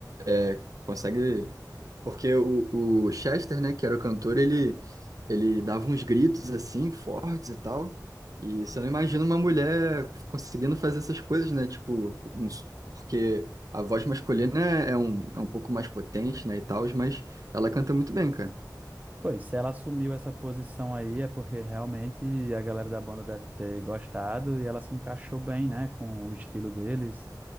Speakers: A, on the right; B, on the right.
A: é, consegue, porque o, o Chester, né, que era o cantor, ele, ele dava uns gritos, assim, fortes e tal, e você não imagina uma mulher conseguindo fazer essas coisas, né, tipo, uns- porque a voz masculina é, é um, é um pouco mais potente, né, e tal, mas ela canta muito bem, cara.
B: Pois, se ela assumiu essa posição aí, é porque realmente a galera da banda deve ter gostado e ela se encaixou bem, né, com o estilo deles.